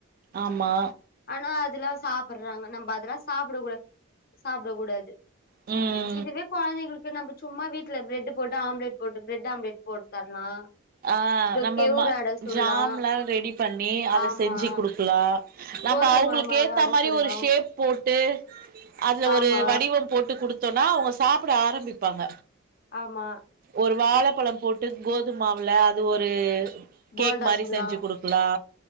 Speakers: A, on the right (about 45°); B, on the left (about 45°).
A: ஆமா
B: ஆனா அதுல்லா சாப்பட்றாங்க நம்ம அதெல்லா சாப்டக்க கூடா சாப்டக் கூடாது
A: ம்
B: இதுவே கொழந்தைங்களுக்கு நம்ம சும்மா வீட்டுல பிரெட் போட்டு ஆம்லெட் போட்டு பிரெட் ஆம்லெட் போட்டு தரலா
A: ஆ
B: இந்த
A: நம்ம
B: கெவுரு
A: மா
B: அட சுட்லா
A: ஜாம்லா ரெடி பண்ணி அத
B: ஆமா
A: செஞ்சு குடுக்கலா நம்ம
B: கோதும
A: அவங்களுக்கு
B: மாவு
A: ஏத்த
B: அட
A: மாரி
B: சுட்லா
A: ஒரு ஷேப் போட்டு அதுல
B: ஆமா
A: ஒரு வடிவம் போட்டு குடுத்தோனா அவங்க சாப்புட ஆரம்பிப்பாங்க
B: ஆமா
A: ஒரு வாழப்பழம் போட்டு கோதுமாவுல அது ஒரு
B: போண்டா
A: கேக் மாரி
B: சுட்லா
A: செஞ்சு குடுக்கலா